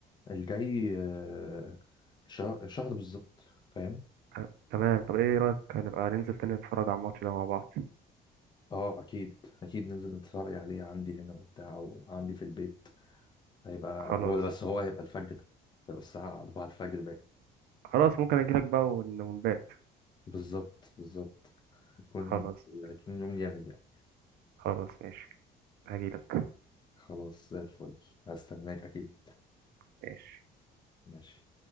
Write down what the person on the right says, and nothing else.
آه، تمام طب ايه رأيك هنبقى ننزل تاني نتفرج على الماتش ده مع بعض
خلاص
خلاص ممكن اجيلك بقى ونبات
خلاص
خلاص ماشي هجيلك
ماشي